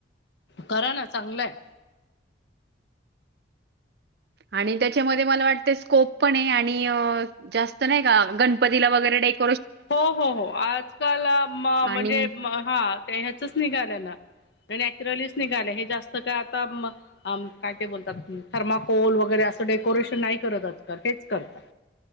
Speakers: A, on the left; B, on the right.
A: करा ना चांगलंय.
B: आणि त्याच्यामध्ये मला वाटतं स्कोप पणे, आणि जास्त नाही का गणपतीला वगैरे डेको
A: हो हो हो, आजकाल
B: आणि
A: म्हणजे, हा ते ह्याचच निघालेल. नॅचरलीच निघाल, हे जास्त काय आता, आम काय ते बोलतात थर्माकोल वगैरे, असं डेकोरेशन नाही करतात आता, हेच करतात.